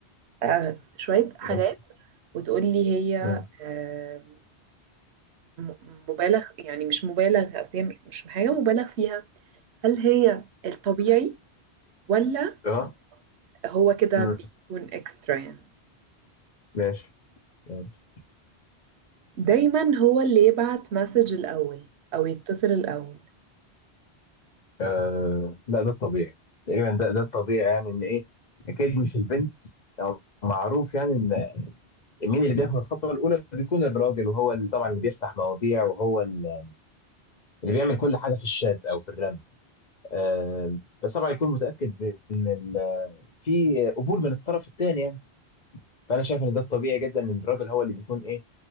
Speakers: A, on the right; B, on the left.
A: آه شويه حاجات
B: ماشي
A: وتقولي هي
B: امم
A: آه م- مبالغ يعني مش مبالغ اصل هي مش حاجه مبالغ فيها هل هي الطبيعي ولا
B: اه
A: هو كده
B: امم
A: بيكون اكسترا يعني
B: ماشي ماشي
A: دايما هو اللي يبعت مسج الاول او يتصل الاول
B: آه لا ده طبيعي تقريبا ده ده طبيعي يعني ان ايه اكيد مش البنت او معروف يعني ان مين اللي بياخد الخطوه الاولى بيكون الراجل وهو اللي طبعا اللي بيفتح مواضيع وهو اللي بيعمل كل حاجه في الشات او في الرن آه بس طبعا يكون متاكد ان ال- في قبول من الطرف الثاني يعني فانا شايف ان ده طبيعي جدا ان الراجل هو اللي بيكون ايه